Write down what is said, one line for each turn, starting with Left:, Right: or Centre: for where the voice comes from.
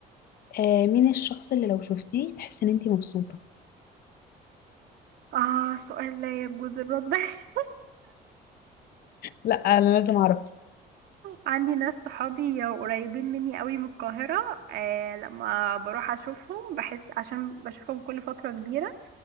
Left: آه مين الشخص اللي لو شفتيه تحس ان انتي مبسوطه
Right: آه سؤال لا يجوز الرد <laughs>
Left: لا انا لازم اعرف
Right: عندي ناس صحابي قريبين مني قوي من القاهرة آه لما بروح أشوفهم بحس عشان بشوفهم كل فترة كبيرة